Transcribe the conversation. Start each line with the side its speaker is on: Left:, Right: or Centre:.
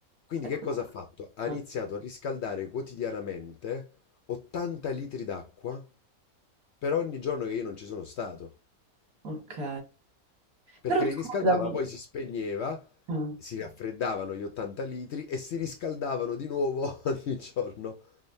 Left: Quindi
Right: Ecco
Left: che cosa ha fatto?
Right: qua.
Left: Ha iniziato a riscaldare quotidianamente 80 litri d'acqua per ogni giorno che io non ci sono stato,
Right: ok.
Left: perché
Right: Però
Left: li
Right: scusami,
Left: riscaldava, poi si spegneva,
Right: ah,
Left: si raffreddavano gli 80 litri e si riscaldavano di nuovo <laughs> ogni giorno.